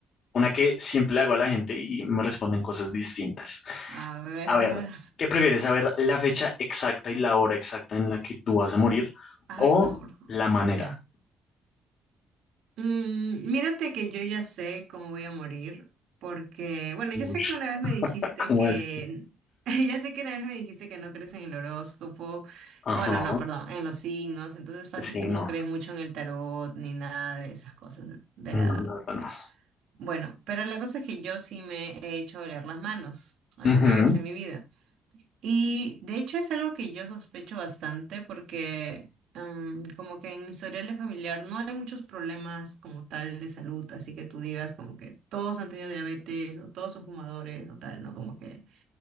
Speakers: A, on the left (about 55°); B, on the right (about 80°).
A: una que siempre le hago a la gente y me responden cosas distintas.
B: A ver.
A: A ver, ¿qué prefieres? ¿Saber la fecha exacta y la hora exacta en la que tú vas a morir
B: Ay,
A: o
B: no. bro.
A: la manera?
B: Ya. Mm, mírate que yo ya sé cómo voy a morir, porque, bueno,
A: Uy,
B: ya sé que una vez me dijiste
A: <laughs> ¿cómo
B: que,
A: así?
B: <laughs> ya sé que una vez me dijiste que no crees en el horóscopo,
A: Ajá,
B: bueno, no, perdón, en los signos, entonces fácil,
A: sí,
B: tú
A: no,
B: no crees mucho en el tarot ni nada de esas cosas de, de
A: no,
B: la...
A: la verdad no.
B: Bueno, pero la cosa es que yo sí me he hecho oler las manos alguna
A: Ujú,
B: vez en mi vida. Y de hecho es algo que yo sospecho bastante porque am, como que en mi historial de familiar no hay muchos problemas como tal de salud, así que tú digas como que todos han tenido diabetes o todos son fumadores o tal, ¿no? Como que